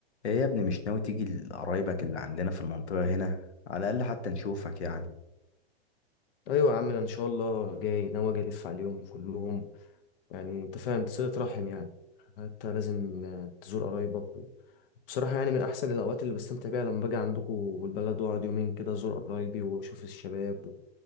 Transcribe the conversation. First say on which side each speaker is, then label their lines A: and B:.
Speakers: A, on the left (about 85°); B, on the left (about 55°).
A: ايه يا ابني مش ناوي تيجي لقرايبك اللي عندنا في المنطقة هنا على الأقل حتى نشوفك يعني
B: ايوه يا عم انا ان شاء الله جاي ناوي اجي الف عليهم كلهم يعني انت فاهم صلة رحم يعني حتى لازم آه، تزور قرايبك و- بصراحة يعني من احسن الاوقات اللي بستمتع بيها لما باجي عندكم والبلد واقعد يومين كده ازور قرايبي واشوف الشباب و-